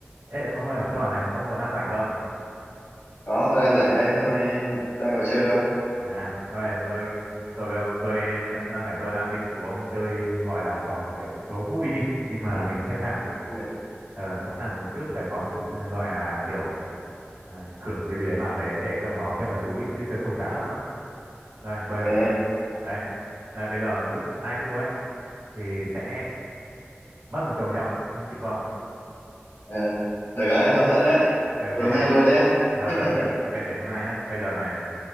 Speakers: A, on the right; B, on the left.
A: Ê, ông ơi, tôi bảo này, ông có đang rảnh không?
B: Có, tôi đang rảnh đây, hôm nay đang ngồi chơi thôi.
A: À, nói tôi tôi với ông tôi cũng đang rảnh tôi đang định rủ ông chơi gọi là trò kiểu đố vui đi, nhưng mà mình sẽ làm một
B: Ui,
A: ờ, sẽ làm một chút phải có chút ừ, gọi là kiểu à, cược một cái gì đấy vào đấy để cho nó thêm phần thú vị chứ chơi không chán không ạ? Đây, bây
B: ok.
A: giờ tôi đấy. Đây bây giờ ví dụ ai thua ấy thì sẽ mất một chầu nhậu, ông chịu không?
B: Ờ, được đấy, hấp dẫn đấy.
A: Ok ok,
B: Tối mai luôn nhá.
A: được
B: <laughs>
A: được, ok để tôi mai nhá. Bây giờ này